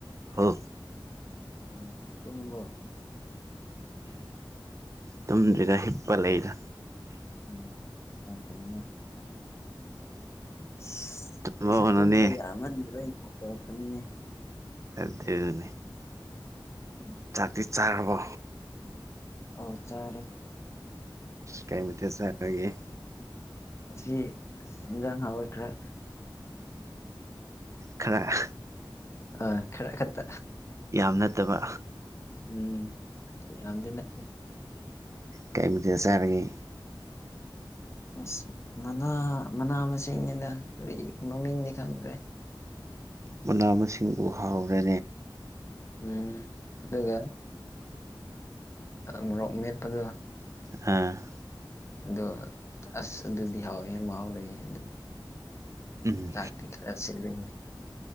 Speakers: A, on the right; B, on the left.
A: ꯍ
B: ꯑꯣ ꯇꯨꯡꯝꯕꯣ
A: ꯇꯨꯝꯗ꯭ꯗ ꯍꯤꯞꯄ ꯂꯩꯗ
B: ꯎ ꯀ ꯐꯅ ꯑꯁ
A: ꯇꯨꯝꯍꯧꯒꯅꯨꯅꯦ
B: ꯑꯩꯁꯨ ꯇꯨꯝꯕ ꯌꯥꯃꯗ ꯑꯩꯅ ꯀꯣ ꯇꯧꯔꯛꯄꯅꯤꯅꯦ
A: ꯑꯗꯨꯗꯅꯦ
B: ꯎꯝ
A: ꯖꯥꯇꯤ ꯆꯥꯔꯕ
B: ꯑꯧ ꯆꯔꯦ
A: ꯀꯥꯏꯃꯤꯇ ꯆꯔꯒꯦ
B: ꯁꯤ ꯏꯦꯟꯖꯥꯡ ꯍꯥꯋꯏ ꯈꯔꯥ
A: ꯈꯔ
B: ꯑ ꯈꯔ ꯈꯛꯇ
A: ꯌꯥꯝ ꯅꯠꯇꯕ
B: ꯎꯝ ꯌꯥꯝꯗꯅ
A: ꯀꯩꯃꯊꯗ ꯆꯥꯔꯒꯦ
B: ꯑꯁ ꯃꯅꯥ ꯃꯅꯥ ꯃꯁꯤꯡꯅꯤꯅ ꯀꯔꯤ ꯃꯃꯤꯡꯗꯤ ꯈꯪꯗ꯭ꯔꯦ
A: ꯃꯅꯥ ꯃꯁꯤꯡꯕꯨ ꯍꯥꯎꯔꯦ
B: ꯎꯝ ꯑꯗꯨꯒ ꯃꯣꯔꯣꯛ ꯃꯦꯠꯄꯗꯣ
A: ꯑ
B: ꯑꯗꯣ ꯑꯁ ꯑꯗꯨꯗꯤ ꯍꯥꯎꯋꯦ ꯃꯍꯥꯎ ꯂꯩꯌꯦ ꯑꯗꯨꯒꯤ
A: ꯎꯝ
B: ꯆꯥꯛꯇꯤ ꯈꯔ ꯁꯤꯜꯂꯤꯅꯦ